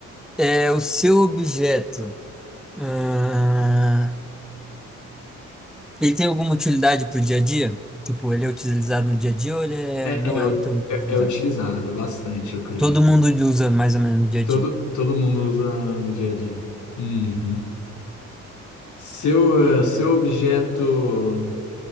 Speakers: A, in the centre; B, on the left (about 75°).
A: É o seu objeto. ah, Ele tem alguma utilidade pro dia a dia? Tipo, ele é utilizado no dia a dia ou ele é...
B: É,
A: não é
B: u-
A: tão utilizado?
B: é, é utilizado bastante, eu creio.
A: Todo mundo usa mais ou menos no dia a
B: Todo,
A: dia.
B: todo mundo usa no dia a dia. Uhum. Seu, eh, seu objeto